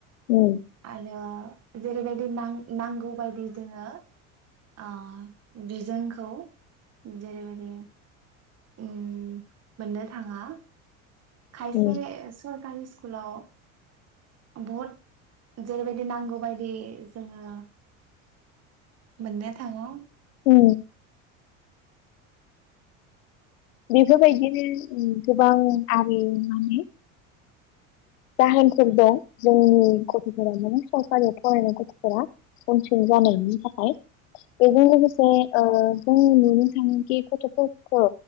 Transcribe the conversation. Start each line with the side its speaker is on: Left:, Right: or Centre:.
Left: उम
Right: आरो जेरैबायदि नांगौबायदि जोङो ओ बिजोंखौ जेरैबायदि। उम मोननो थाङा। खायसे
Left: उम
Right: सरखारि स्कुलाव बहुद जेरैबायदि नांगौबायदि जोङो मोननो थाङो।
Left: औ बेफोरबायदिनो गोबां आरि माने। जाहोनफोर दं जोंनि ओ गथफोरा माने सरकारियाव फरायनाय गथफोरा। जानायनि थाखाय। बेजों लोगोसे ओ जोङो नुनो थाङोखि गथफोरखौ।